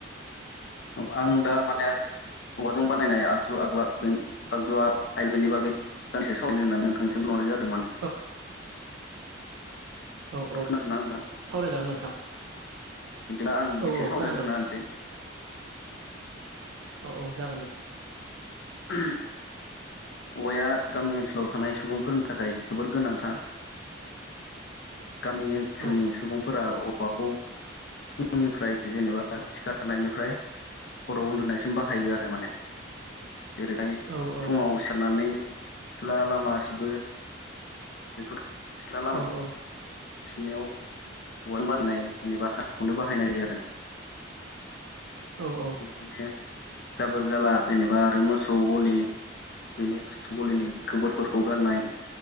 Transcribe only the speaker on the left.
औ आं दा माने औवाजों बानायनाय आगजु आगला आगजुआ आइलानि बागै दान्दिसे सावरायनो होननानै नोंथांसिम हरनाय जादोंमोन।
खोनादोंना नोंथां
बिदिब्ला आं
एसे
सावरायग्रोन
होनोसै
<unintelligible> औवाया गामि ओनसोलाव थानाय सुबुंफोरनि थाखाय जोबोर गोनांथार गामि ओनसोलनि
सुबुंफोरा औवाखौ फुंनिफ्राय जेनेबा सिखारनायनिफ्राय हराव उन्दुनायसिम बाहायो आरो माने जेरैहाय
फुङाव
सि खारननानै सिथ्ला लामा सिबो बेफोर सिथ्ला लामा
सिबनायाव औवानि बानायनाय जेनेबा हासिबखौनो बाहायनाय जायो आरो <inaudible>
बिदिनो जाबोर जाला जेनेबा आरो मोसौ गलि बिनि मोसौ गलिनि गोबोरफोरखौ गारनाय